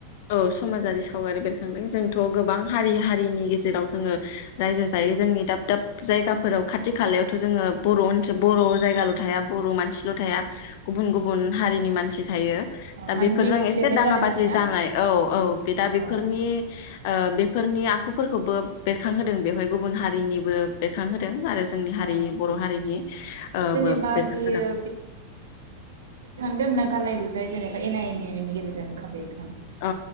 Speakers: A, on the left (about 50°); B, on the right (about 65°).
A: औ समाजारि सावगारि बेरखांदों जोंथ' गोबां हारि हारिनि गेजेराव जोङो रायजो जायो जोंनि दाब दाब जायगाफोराव खाथि खालायावथ' जोङो बर' ओनसोल बर' जायगाल' थाया बर' मानसिल' थाया गुबुन गुबुन हारिनि मानसि थायो
B: अ
A: दा
B: माने
A: बेफोरजों
B: मिक्स
A: एसे
B: लिरनाय
A: दाङा
B: जादों
A: बाजि
B: आरो ना
A: जानाय औ औ बे दा
B: अ
A: बेफोरनि ओ बेफोरनि आखु फोरखौबो बेरखांहोदों बेवहाय गुबुन हारिनिबो बेरखांहोदों आरो जोंनि हारिनि
B: अ
A: बर' हारिनि ओ
B: जेनेबा
A: बो बेरखां
B: बेयो
A: होदों
B: दोंना गालाय गुजाय जेनबा एनि एनि बेनि गेजेरजों मोखां बेरखांदों
A: अ